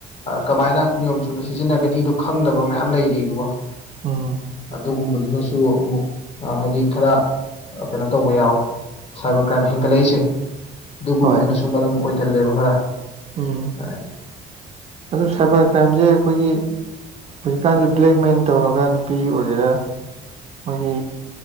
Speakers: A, on the left; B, on the right.
A: ꯀꯃꯥꯏꯅ ꯅꯤꯌꯣꯝ ꯆꯨꯝꯅ ꯁꯤꯖꯤꯟꯅꯒꯅꯤꯗꯣ ꯈꯪꯗꯕ ꯃꯌꯥꯝ ꯂꯩꯀꯣ
B: ꯎꯝ
A: ꯑꯗꯨꯒꯨꯝꯕꯗꯨꯒꯁꯨ ꯑꯃꯨꯛ ꯍꯥꯏꯗꯤ ꯈꯔ ꯀꯩꯅꯣ ꯇꯧꯕ ꯌꯥꯎꯋꯦ ꯁꯥꯏꯕꯔ ꯀ꯭ꯔꯥꯏꯝ ꯍꯦꯟꯒꯠꯂꯛꯏꯁꯦ ꯑꯗꯨꯒꯨꯝꯕꯗꯨꯅꯁꯨ
B: ꯍꯣꯏ
A: ꯃꯔꯝ ꯑꯣꯏꯀꯜꯂꯦꯕ ꯈꯔ
B: ꯎꯝ
A: ꯍ
B: ꯑꯗꯨ ꯁꯥꯏꯕꯔ ꯀ꯭ꯔꯥꯏꯝꯁꯦ ꯑꯩꯈꯣꯏꯒꯤ ꯍꯧꯖꯤꯛꯀꯥꯟꯗꯤ ꯕ꯭ꯂꯦꯛꯃꯦꯟ ꯇꯧꯔꯒ ꯅꯨꯄꯤ ꯑꯣꯏꯒꯦꯔꯥ ꯃꯣꯏꯒꯤ